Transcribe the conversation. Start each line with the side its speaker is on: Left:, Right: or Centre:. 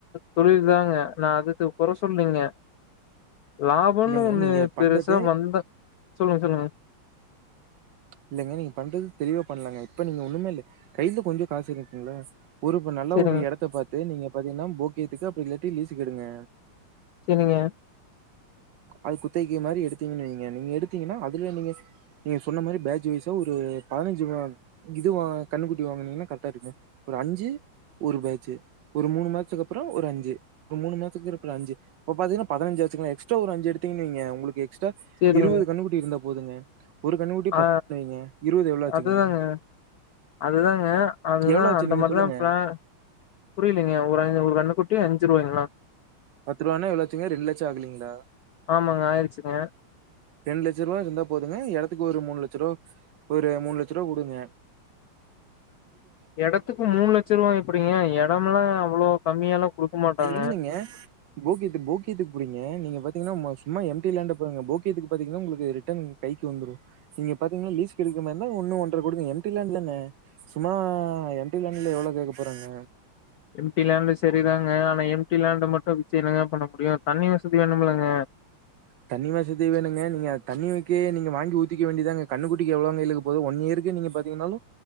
Left: தொழில் தாங்க நான் அதுக்கு குற சொல்லங்க லாபம்ன்னு
Right: இல்லைங்க
Left: ஒன்னு
Right: நீங்க பண்றது
Left: பெருசா வந்தா சொல்லுங்க சொல்லுங்க
Right: இல்லலங்க நீங்க பண்றது தெளிவா பண்ணலாங்க இப்ப நீங்க ஒண்ணுமே இல்ல கைல கொஞ்சொ காசு இருந்துச்சிங்களா ஒரு இப்ப நல்ல
Left: சேரிங்க
Right: ஒரு எடத்த பாத்து நீங்க பாத்தீங்கன்னா போக்கியத்துக்கு அப்டி இல்லாட்டி லீசுக்கு எடுங்க
Left: செரிங்க
Right: அது குத்தகைக்கி மாரி எடுத்தீங்கன்னு வைங்க நீங்க எடுத்தீங்கன்னா அதுல நீங்க நீங்க சொன்ன மாரி பேட்ச் வைஸ்சா ஒரு பதினஞ்சு இதுவா கண்ணுக்குட்டி வாங்கனீங்கன்னா கரெக்டா இருக்கு ஒரு அஞ்சு ஒரு பேட்ச் ஒரு மூணு மாசத்துக்கு அப்பறோ ஒரு அஞ்சு ஒரு மூணு மாசத்துக்கு இருக்குற அஞ்சு இப்ப பாத்தீங்கன்னா பதினஞ்சுயாடுச்சிங்களா எக்ஸ் எக்ஸ்ட்ரா ஒரு அஞ்சு எடுதுங்கன்னு வைங்க உங்களுக்கு எக்ஸ்ரா
Left: சேரிங்க
Right: இருவது கண்ணுகுட்டி இருந்தாப் பொ போதுங்க ஒரு கன்னுக்குட்டி
Left: ஆ
Right: பத்து வைங்க இருபது எவ்வளோ ஆச்சுங்க
Left: அதுதாங்க அதுதாங்க அதுதா
Right: எவ்வளோ ஆச்சு
Left: அந்த
Right: நீங்க
Left: மாரிதா
Right: சொல்லுங்க
Left: ஃப்ளான் புரியலங்க ஒரு ஒரு கண்ணுக் குட்டி அஞ்சு ரூவாய்ங்களா
Right: பத்து ரூவான்னா எவ்ளோ ஆச்சுங்க ரெண்டு லட்சோ ஆகளைங்ளா
Left: ஆமாங்க ஆயிருச்சுங்க
Right: ரெண்டு லட்ச ரூவா இருந்தா போதுங்க எடத்துக்கு ஒரு மூணு லட்ச ரூவா ஒரு மூணு லட்ச ரூவா குடுங்க
Left: எடத்துக்கு மூணு லட்ச ரூவா எப்டிங்க எடம்லா அவ்ளோ கம்மியாலா குடுக்க மாட்டாங்க
Right: இல்லைங்க போகித்து போக்கித்துக்கு புரியுங்க நீங்க பாத்தீங்கன்னா சும்மா எம்டி லாண்ட போகேத்துக்கு பாத்தீங்கன்னா உங்களுக்கு ரிட்டன் கைக்கு வந்துரு நீங்க பாத்தீங்கன்னா லீஸுக்கு எடுக்கு மாரி இருந்தா ஒன்னு ஒன்ற கூட எம்டி லாண்ட்ல என்ன சும்மா எம்டி லாண்ட்ல எவ்ளோ கேக்க போறாங்க
Left: எம்டி லேண்ட சரிதாங்க ஆனா எம்டி லேண்ட மட்டும் வச்சி என்னங்க பண்ண முடியும் தண்ணி வசதி வேணுமுலங்க
Right: தண்ணி வசதி வேணுங்க நீங்க தண்ணி வக்கே நீங்க வாங்கி ஊத்திக்க வேண்டியதாங்க கண்ணுக்குட்டிக்கு எவ்ளோங்க இழுக்க போது ஒன் இயர்க்கு நீங்க பாத்தீங்கன்னாலு